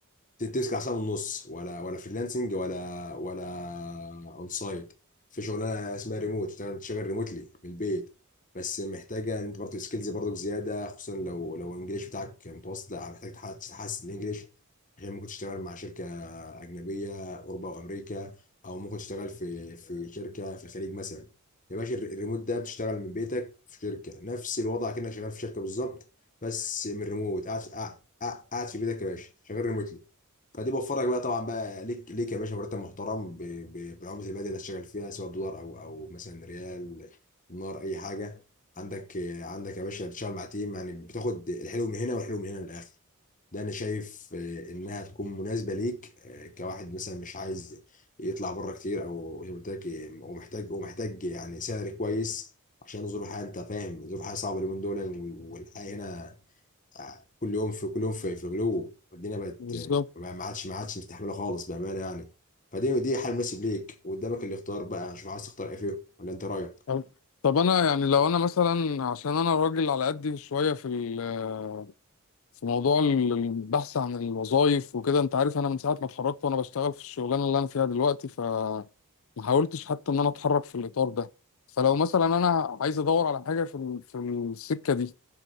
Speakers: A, on the left (about 35°); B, on the left (about 65°).
A: تسعة ساعة ونص ولا ولا فريلانسنج ولا ولا اون سايت في شغلانه اسمها ريموت تشتغل تشتغل ريموتلي من البيت بس محتاجه ان انت برضه سكيلز برضه زياده خصوصا لو لو الانجليش بتاعك متوسط لا محتاج تح- تحسن الانجليش عشان ممكن تشتغل مع شركه اجنبيه اوروبا وامريكا او ممكن تشتغل في في شركه في الخليج مثلا يا باشا الر- الريموت ده بتشتغل من بيتك في شركه نفس الوضع كأنك شغال في شركه بالظبط بس من ريموت قاعد قاعد قاعد في بيتك يا باشا شغال ريموتلي فدي بوفرك بقى طبعا بقى ليك ليك يا باشا مرتب محترم ب- ب- بالعمله البلد اللي هتشتغل فيها سواء دولار او او مثلا ريال دينار اي حاجه عندك آه، عندك يا باشا بتشتغل مع تيم يعني بتاخد الحلو من هنا والحلو من هنا من الاخر ده انا شايف آه، انها تكون مناسبه ليك آه، كواحد مثلا مش عايز يطلع بره كتير او زي ما قلت لك آه، ومحتاج ومحتاج يعني سعر كويس عشان ظروف الحياه انت فاهم ظروف الحياه صعبه اليومين دول والحياه هنا كل يوم في كل يوم في في غلو والدنيا بقت
B: بالظبط
A: ما ما عادش ما عادش مستحمله خالص بامانه يعني فدي دي حل مناسب ليك وقدامك الاختيار بقى شوف عايز تختار ايه فيهم ولا انت رايك
B: طب طب أنا يعني لو أنا مثلا عشان أنا راجل على قدي شوية في ال- في موضوع ال- البحث عن الوظائف وكده أنت عارف أنا من ساعة ما اتخرجت وأنا بشتغل في الشغلانة اللي أنا فيها دلوقتي ف ما حاولتش حتى ان انا اتحرك في الاطار ده فلو مثلا انا عايز ادور على حاجه في ال- في السكه دي